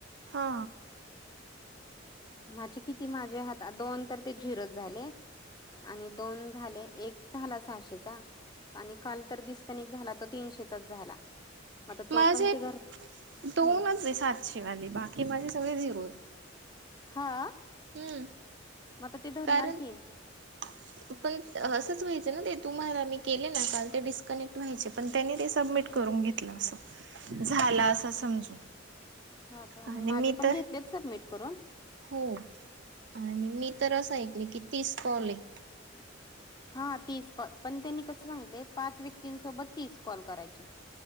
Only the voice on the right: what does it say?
हा.
माझे
सगळे
झिरो माझे तर दोनच
झाले बाकी सगळे झिरो झाले.
हम्म.
कारण
<unintelligible> पण असंच व्हायचं ना ते तुम्हाला मी केले ना कारण ते डिस्कनेक्ट व्हायचे पण त्यांनी ते सबमिट करून घेतला असं झाला
असं समजून
आणि
मी
त
हो आणि मी तर असं ऐकलं की तीस कॉल आहे.